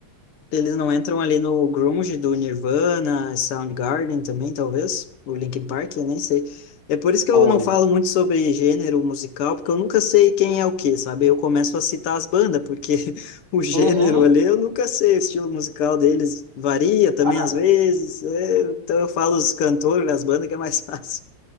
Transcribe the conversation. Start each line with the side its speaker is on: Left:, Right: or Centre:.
Left: Eles não entram ali no grunge do Nirvana, Soundgarden também, talvez, o Linkin Park, eu nem sei. É por isso que
Right: Olha.
Left: eu não falo muito sobre gênero musical, porque eu nunca sei quem é o quê, sabe? Eu começo a citar as bandas, porque <laughs> o gênero
Right: Uhum.
Left: ali eu nunca sei, o estilo musical deles varia também
Right: Ah,
Left: às vezes. é, então eu falo os cantores, as bandas, que é mais <laughs> fácil.